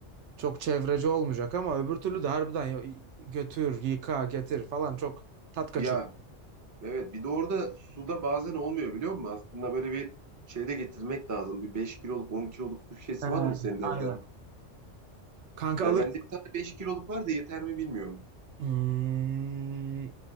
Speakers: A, on the right; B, on the right.
A: Çok çevreci olmayacak ama öbür türlü de harbiden ya- götür, yıka, getir falan çok tat kaçırıyor.
B: Ya Evet bir de orada suda bazen olmuyor biliyor musun? Aslında böyle bir şey de getirmek lazım. Bir beş kiloluk 10 kiloluk su şişesi
A: Ee,
B: var mı senin evde?
A: aynen. Kanka
B: Ya
A: alırız.
B: bende bir tane 5 kiloluk var da yeter mi bilmiyorum.
A: Hmm,